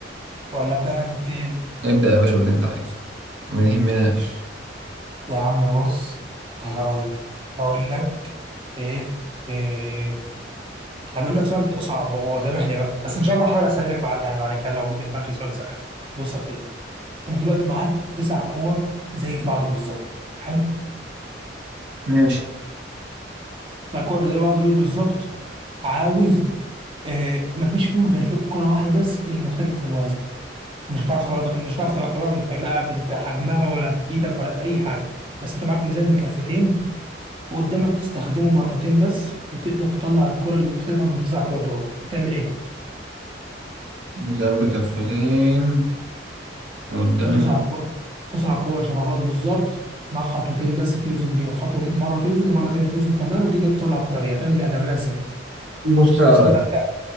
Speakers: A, on the right (about 30°); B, on the right (about 75°).
A: ولا ابدا لك بالتقيل
B: ابدا يا باشا باللي انت عايزه ما يهمناش
A: يا عم بص هقول هقول لك ايه ايه هنقول لك سؤال صعب هو سامحني بقى بس ان شاء الله هحاول اسهل لك بعد يعني بعد كده لو في دماغي سؤال سهل بص يا سيدي انت دلوقتي معاك تسع كور زي بعض بالظبط حلو
B: ماشي
A: تسع كور زي بعض دول بالظبط عاوز آه مفيش فيهم غير في كرة واحدة بس اللي مختلف في الوزن مش هتعرف تغ- مش هتعرف تغ- طبعا تفرقها ب- بحجمها ولا بإيدك ولا بأي حاجة بس انت معاك ميزان بكفتين وقدامك تستخدمه مرتين بس وتقدر تطلع الكرة المختلفة من التسع كور دول هتعمل ايه؟
B: ميزان بكفتين وقدام
A: وتسع كور تسع كور شبه بعض بالظبط مع خطوتين بس توزن بيهم خطوه مره توزن ومره تانيه توزن كمان وتقدر تطلع الكره دي هتعمل إيه؟ هتعملها ازاي؟
B: بص يا
A: صدق
B: ريس
A: على فكره